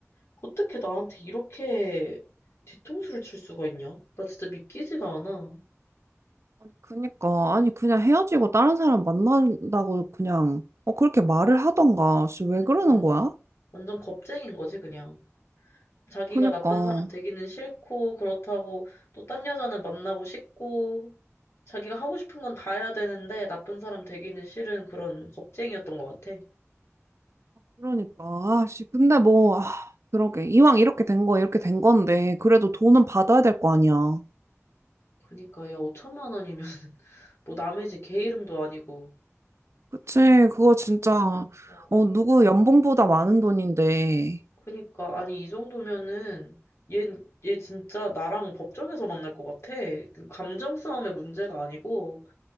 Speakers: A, on the left; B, on the right.
A: 어떻게 나한테 이렇게 뒤통수를 칠 수가 있냐? 나 진짜 믿기지가 않아.
B: 아니, 그니까. 아니, 그냥 헤어지고 다른 사람 만난다고 그냥, 어, 그렇게 말을 하던가. 씨, 왜
A: 그니까.
B: 그러는 거야?
A: 완전 겁쟁인 거지, 그냥. 자기가
B: 그니까.
A: 나쁜 사람 되기는 싫고, 그렇다고 또 딴 여자는 만나고 싶고, 자기가 하고 싶은 건 다 해야 되는데, 나쁜 사람 되기는 싫은 그런 겁쟁이였던 것 같아.
B: 그러니까. 아, 씨, 근데 뭐, 아, 그러게. 이왕 이렇게 된 거, 이렇게 된 건데, 그래도 돈은 받아야 될 거 아니야.
A: 그니까, 야, 5천만 원이면, <laughs> 뭐 남의 집 개 이름도 아니고,
B: 그치, 그거 진짜,
A: 어,
B: 어, 누구 연봉보다 많은 돈인데.
A: 그니까 아니 이 정도면은 얘, 얘 진짜 나랑 법정에서 만날 것 같아. 그 감정 싸움의 문제가 아니고